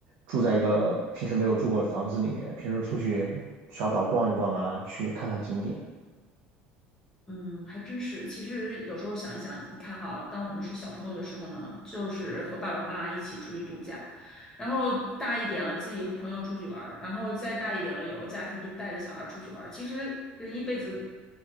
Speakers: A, on the right; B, on the left.
A: 住在一个平时没有住过的房子里面，平时出去小岛逛一逛啊，去看看景点，
B: 嗯，还真是。其实有时候想一想，你看哈，当我们是小朋友的时候呢，就是和爸爸妈妈一起出去度假，然后大一点了，自己和朋友出去玩儿，然后再大一点了，有了家庭就带着小孩儿出去玩儿。其实人一辈子，